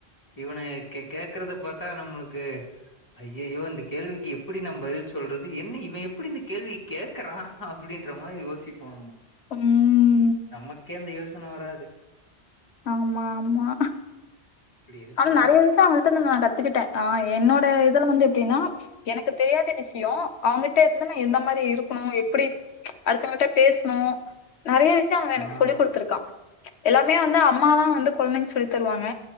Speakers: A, on the left; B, on the left.
A: இவனுங்க கே கேக்குறத பாத்தா நம்மளுக்கு ஐய்யய்யோ இந்த கேள்விக்கு எப்புடி நா பதில் சொல்றது என்ன இவே எப்புடி இந்த கேள்விய கே க்றானா அப்புடின்ற மாரி யோசிப்போம்
B: அம்
A: நமக்கே இந்த யோசன வராது
B: ஆமா ஆமா
A: இப்டி இருக்கு
B: ஆன நெறைய விஷயோ அவுங்கிட்டருந்து நா கத்துக்கிட்டே ஆ என்னோட இதுல வந்து எப்டின்னா எனக்கு தெரியாத விஷயோ அவுங்கிட்ட இருந்து நா எந்த மாரி இருக்கணு எப்புடி அடுத்தவுங்ட்ட பேசணு நெறையா விஷ் த்தே அவுங்க எனக்கு
A: ஆ
B: சொல்லி குடுத்துருக்கா எல்லாமே வந்து அம்மா தா வந்து குழந்தைங்க சொல்லி தருவாங்க